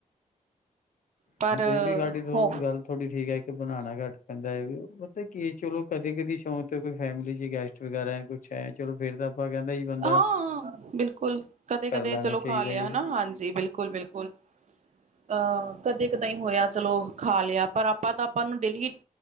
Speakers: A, on the right (about 60°); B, on the left (about 80°).
A: ਪਰ
B: ਇਹ ਵੀ ਗਾਡੀ ੋ
A: ਹੋ
B: ਗੱਲ ਥੋੜੀ ਠੀਕ ਹੈ ਕਿ ਬਣਾਉਣਾ ਘੱਟ ਪੈਂਦਾ ਇਹ ਵੀ ਉਹ ਤਾਂ ਕੀ ਚਲੋ ਕਦੇ ਕਦੀ ਸ਼ੌਂਕ ਕੋਈ ਫੈਮਿਲੀ ਚ ਗੈਸਟ ਵਗੈਰਾ ਕੁ ਅੱਛਾ ਚਲੋ ਫਰ ਤਾਂ ਆਪਾਂ ਕਹਿੰਦਾ ਜੀ ਬੰਦਾ
A: ਹਾਂ ਬਿਲਕੁਲ ਕਦੇ
B: ਕਰ
A: ਕਦੇ
B: ਲੈਣਾ
A: ਚਲੋ
B: ਚਾਹੀਦਾ
A: ਖਾ ਲਿਆ
B: ਜੀ।
A: ਹਨਾ ਹਾਂਜੀ ਬਿਲਕੁਲ ਬਿਲਕੁਲ ਅਹ ਕਦੇ ਕਦ ਹੀ ਹੋਇਆ ਚਲੋ ਖਾ ਲਿਆ ਪਰ ਆਪਾਂ ਤਾਂ ਆਪਾਂ ਨੂੰ ਡੇਲੀ